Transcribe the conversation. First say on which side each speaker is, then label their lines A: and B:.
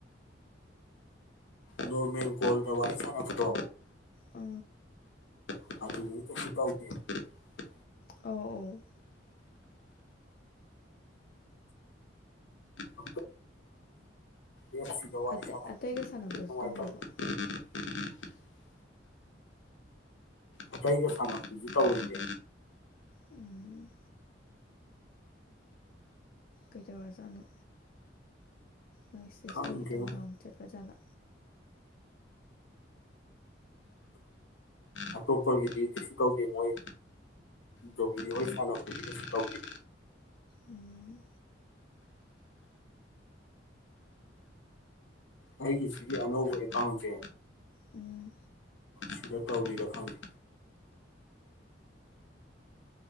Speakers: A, on the left (about 80°); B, on the left (about 50°).
A: ꯅ ꯃ ꯀꯣ ꯃ ꯋꯥꯔꯤꯏ ꯐꯣꯅ ꯐꯇ
B: ꯑ
A: <unintelligible>
B: ꯑꯣ ꯑꯣ
A: <unintelligible> ꯑꯦ ꯁꯤꯗ ꯋꯥꯔꯤ
B: ꯑꯇꯩ
A: ꯁꯥꯟꯅꯕꯗꯨꯗꯤ
B: ꯑꯇꯩꯒ ꯁꯥꯟꯅꯕꯗꯁꯨ
A: ꯌꯥꯝ ꯅꯨꯡꯉꯥꯏꯇꯕ
B: ꯇꯧꯈ꯭ꯔꯕ
A: <unintelligible> ꯑꯇꯩꯒ ꯁꯥꯟꯅꯕꯗꯁꯨ ꯇꯧꯋꯦꯃꯦ
B: ꯎꯝ ꯀꯩꯗꯧꯔꯖꯥꯠꯅꯣ ꯃꯣꯏꯁꯤ ꯁꯤꯁꯇꯦꯝ
A: ꯈꯪꯗꯦꯉꯣ
B: ꯈꯤꯇꯪ ꯗꯥꯎꯟ ꯆꯠꯄꯖꯥꯠꯂꯥ
A: ꯑꯇꯣꯞꯄꯒꯤꯗꯤ ꯀꯩꯁꯨ ꯀꯧꯗꯦ ꯃꯣꯏ ꯗꯣꯂꯤ ꯍꯣꯏ ꯁꯥꯟꯅꯕꯗꯗꯤ ꯀꯩꯁꯨ ꯇꯧꯗꯦ
B: ꯎꯝ
A: ꯑꯩꯒꯤ ꯁꯤꯒꯤ ꯑꯅꯧꯕv ꯑꯦꯀꯥꯎꯟꯖꯦ
B: ꯎꯝ
A: ꯁꯤꯗ ꯇꯧꯔꯤꯔ ꯈꯪꯗꯦ